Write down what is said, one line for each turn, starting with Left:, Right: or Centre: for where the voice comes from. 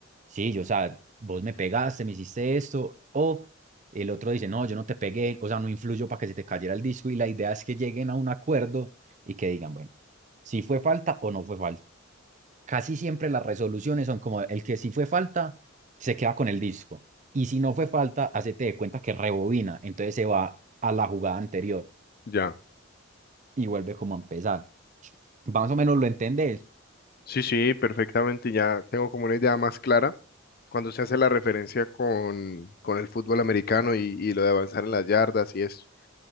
Right: sí, yo, o sea, vos me pegaste, me hiciste esto, o el otro dice, no, yo no te pegué, o sea, no influyo para que se te cayera el disco, y la idea es que lleguen a un acuerdo y que digan, bueno, si fue falta o no fue falta. Casi siempre las resoluciones son como, el que si fue falta, se queda con el disco, y si no fue falta, hacete de cuenta que rebobina, entonces se va a la jugada anterior
Left: Ya.
Right: y vuelve como a empezar. Más o menos lo entendés.
Left: Sí, sí, perfectamente. Ya tengo como una idea más clara cuando se hace la referencia con, con el fútbol americano y, y lo de avanzar en las yardas y esto.